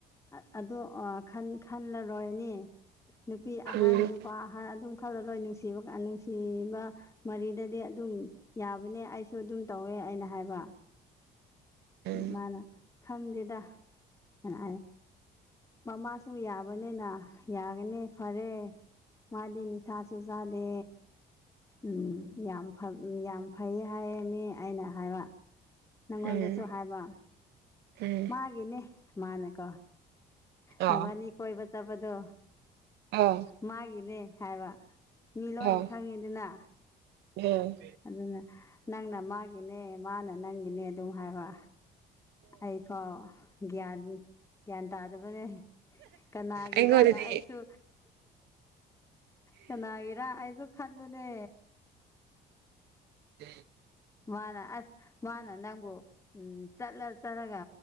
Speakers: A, on the left; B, on the right.
A: ꯑꯗ ꯈꯜꯂꯔꯣꯏꯅꯦ ꯅꯨꯄꯤ ꯑꯍꯟ
B: ꯎꯝ
A: ꯄ ꯍꯥꯏ ꯑꯗꯨꯝ ꯈꯜꯂꯔꯣꯏ ꯅꯨꯡꯁꯤꯕ ꯅꯨꯡꯁꯤꯕ ꯃꯔꯤꯗꯗꯤ ꯑꯗꯨꯝ ꯌꯥꯕꯅꯦ ꯑꯩꯁꯨ ꯑꯗꯨꯝ ꯇꯧꯋꯦ ꯑꯩꯅ ꯍꯥꯏꯕ
B: ꯎꯝ
A: ꯃꯥꯅ ꯈꯪꯗꯦꯗ ꯍꯥꯏꯅ ꯃꯃꯥ ꯁꯨ ꯌꯥꯕꯅꯤꯅ ꯌꯥꯒꯅꯤ ꯐꯔꯦ ꯃꯥꯗꯤ ꯅꯤꯁꯥꯁꯨ ꯆꯥꯗꯦ ꯎꯝ ꯌꯥꯝ ꯌꯥꯝ ꯐꯩ ꯍꯥꯏ ꯃꯤ ꯑꯩꯅ ꯍꯥꯏꯕ ꯅꯪꯉꯣꯟꯗꯁꯨ
B: ꯎꯝ
A: ꯍꯥꯏꯕ
B: ꯎꯝ
A: ꯃꯥꯒꯤꯅꯦ ꯃꯥꯅꯦꯀꯣ
B: ꯑꯥ
A: ꯅꯨꯕꯥꯅꯤ ꯀꯣꯏꯕ ꯆꯠꯄꯗꯣ
B: ꯑꯥ
A: ꯃꯥꯒꯤꯅꯦ ꯍꯥꯏꯕ ꯃꯤ ꯂꯣꯏꯅ
B: ꯑꯥ
A: ꯈꯪꯉꯤꯅꯤꯅ
B: ꯎꯝ
A: ꯑꯗꯨꯅ ꯅꯪꯅ ꯃꯥꯒꯤꯅꯦ ꯃꯥꯅ ꯅꯪꯒꯤꯅꯦ ꯑꯗꯨꯝ ꯍꯥꯏꯕ ꯑꯩꯐꯥꯎ ꯒ꯭ꯌꯥꯟ ꯒ꯭ꯌꯥꯟ ꯇꯥꯗꯕꯅꯦ ꯀꯅꯥꯒꯤꯔꯅ
B: ꯑꯩꯉꯣꯟꯗꯗꯤ
A: ꯑꯩꯁꯨ ꯀꯅꯥꯒꯤꯔ ꯑꯩꯁꯨ ꯈꯥꯟꯃꯅꯦ
B: ꯑ
A: ꯃꯥꯅ ꯑꯁ ꯃꯥꯅ ꯅꯪꯕꯨ ꯎꯝ ꯆꯠꯂ ꯆꯠꯂꯒ